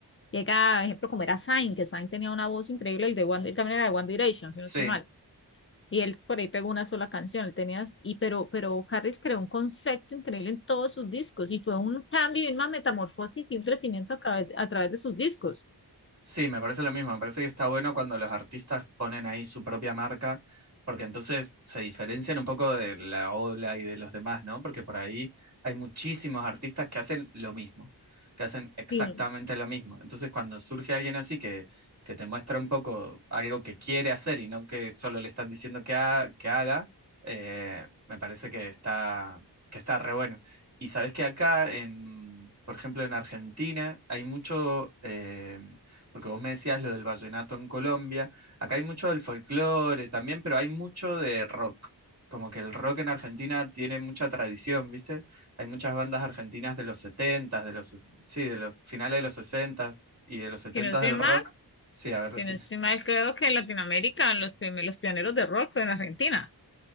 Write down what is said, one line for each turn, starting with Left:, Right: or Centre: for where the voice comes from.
Left: llega, por ejemplo, como era Zayn, que Zayn tenía una voz increíble, el de One, también era de One Direction, si
Right: sí.
Left: no estoy mal. Y él por ahí pegó una sola canción, él tenía, y, pero, pero Harris creó un concepto increíble en todos sus discos y fue un cambio y una metamorfosis y un crecimiento a través, a través de sus discos.
Right: Sí, me parece lo mismo. Me parece que está bueno cuando los artistas ponen ahí su propia marca, porque entonces se diferencian un poco de la ola y de los demás, ¿no? Porque por ahí hay muchísimos artistas que hacen lo mismo, que hacen exactamente
Left: Sí.
Right: lo mismo. Entonces, cuando surge alguien así que, que te muestra un poco algo que quiere hacer y no que solo le están diciendo que, ha- que haga, eh, me parece que está, que está re bueno. Y sabes que acá, en, por ejemplo, en Argentina, hay mucho. em, porque vos me decías lo del vallenato en Colombia, acá hay mucho del folclore también, pero hay mucho de rock. Como que el rock en Argentina tiene mucha tradición, ¿viste? Hay muchas bandas argentinas de los 70 de los, sí, de los finales de los 60 y de los 70
Left: Si no estoy
Right: del
Left: mal,
Right: rock. Sí, a ver,
Left: si
Right: decime.
Left: no estoy mal, creo que en Latinoamérica los, los pioneros de rock fue en Argentina.